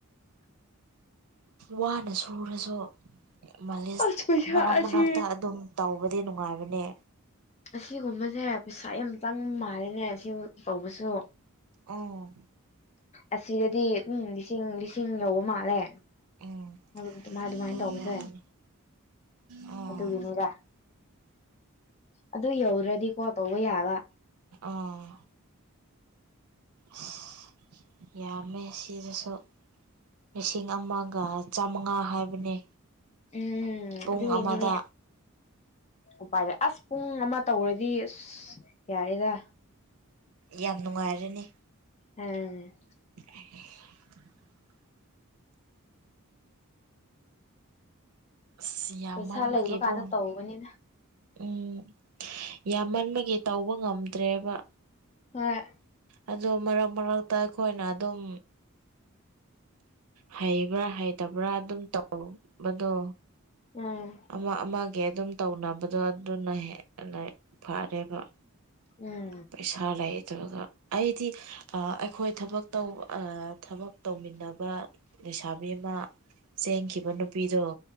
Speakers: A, on the right; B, on the left.
A: ꯋꯥꯅ ꯁꯨꯔꯁꯨ ꯃꯥꯂꯤꯁ
B: ꯑꯁ ꯄꯩꯁꯥ
A: ꯃꯔꯥꯛ
B: ꯑꯁꯤ
A: ꯃꯔꯥꯛꯇ ꯑꯗꯨꯝ ꯇꯧꯕꯗꯤ ꯅꯨꯡꯉꯥꯏꯕꯅꯦ
B: ꯑꯁꯤꯒꯨꯝꯕꯁꯦ ꯄꯩꯁꯥ ꯌꯥꯝ ꯆꯪ ꯃꯥꯜꯂꯤꯅꯦ ꯑꯁꯤ ꯇꯧꯕꯁꯨ
A: ꯑꯣ
B: ꯑꯁꯤꯗꯗꯤ ꯎꯝ ꯂꯤꯁꯤꯡ ꯂꯤꯁꯤꯡ ꯂꯧꯕ ꯃꯥꯜꯂꯦ
A: ꯑꯗꯨꯒꯤ
B: ꯍꯥꯢꯕ ꯑꯗꯨꯃꯥꯏ ꯑꯗꯨꯃꯥꯢ ꯇꯧꯕꯁꯦ
A: ꯑꯣꯏꯔꯝꯒꯅꯤ ꯑꯥ
B: ꯑꯗꯨꯒꯤꯅꯦꯗ ꯑꯗꯨ ꯌꯧꯗ꯭ꯔꯗꯤꯀꯣ ꯇꯧꯕ ꯌꯥꯕ
A: ꯑꯥ ꯁꯤ ꯌꯥꯝꯃꯦ ꯁꯤꯗꯁꯨ ꯂꯤꯁꯤꯡ ꯑꯃꯒ ꯆꯥꯃꯉꯥ ꯍꯥꯏꯕꯅꯦ
B: ꯎꯝ
A: ꯄꯨꯡ
B: ꯑꯗꯨꯒꯤꯅꯤꯅꯦ
A: ꯑꯃꯗ
B: ꯎꯄꯥꯏꯔꯦ ꯑꯁ ꯄꯨꯡ ꯑꯃ ꯇꯧꯔꯗꯤ ꯑꯁ ꯌꯥꯔꯦꯗ
A: ꯌꯥꯝ ꯅꯨꯡꯉꯥꯏꯔꯅꯤ
B: ꯎꯝ
A: <unintelligible> ꯑꯁ ꯌꯥꯝ
B: ꯄꯩꯁꯥ
A: ꯃꯟꯕꯒꯤꯀꯣ
B: ꯂꯩꯕ ꯀꯥꯟꯗ ꯇꯧꯕꯅꯤꯅ
A: ꯎꯝ ꯌꯥꯝꯃꯟꯕꯒꯤ ꯇꯧꯕ ꯉꯝꯗ꯭ꯔꯦꯕ
B: ꯍꯣꯏ
A: ꯑꯗꯨ ꯃꯔꯛ ꯃꯔꯛꯇ ꯑꯩꯈꯣꯏꯅ ꯑꯗꯨꯝ ꯍꯩꯕ꯭ꯔꯥ ꯍꯩꯇꯕ꯭ꯔꯥ ꯑꯗꯨꯝ ꯇꯧꯕꯗꯣ
B: ꯎꯝ
A: ꯑꯃ ꯑꯃꯒꯤ ꯑꯗꯨꯝ ꯇꯧꯅꯕꯗꯣ ꯑꯗꯨꯅ ꯍꯦꯟꯅ ꯐꯔꯦꯕ
B: ꯎꯝ
A: ꯄꯩꯁꯥ ꯂꯩꯇ꯭ꯔꯒ ꯑꯩꯗꯤ ꯑ ꯑꯩꯈꯣꯏ ꯊꯕꯛ ꯇꯧ ꯑ ꯊꯕꯛ ꯇꯧꯃꯤꯟꯅꯕ ꯂꯩꯁꯥꯕꯤ ꯑꯃ ꯆꯦꯟꯈꯤꯕ ꯅꯨꯄꯤꯗꯣ